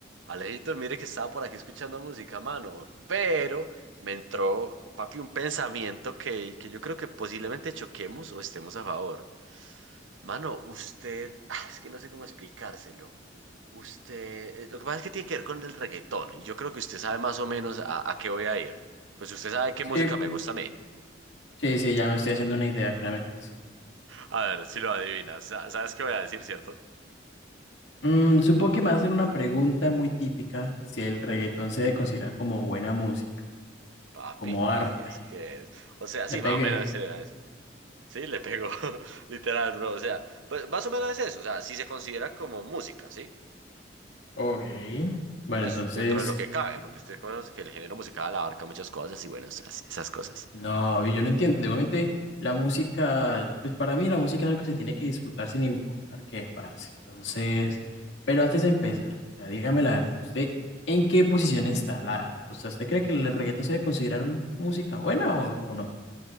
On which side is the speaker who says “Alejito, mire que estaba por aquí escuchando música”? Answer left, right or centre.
Right